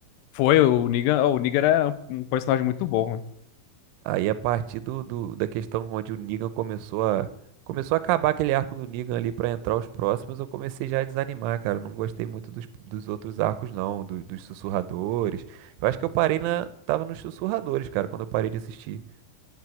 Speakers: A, on the left; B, on the right.
A: Foi, o Negan, o Negan era um um personagem muito bom, né?
B: Aí a partir do, do- da questão onde o Negan começou a começou a acabar aquele arco do Negan ali pra entrar os próximos, eu comecei já a desanimar, cara. Eu não gostei muito dos, dos outros arcos, não, do- dos sussurradores. Eu acho que eu parei na, tava nos sussurradores, cara, quando eu parei de assistir.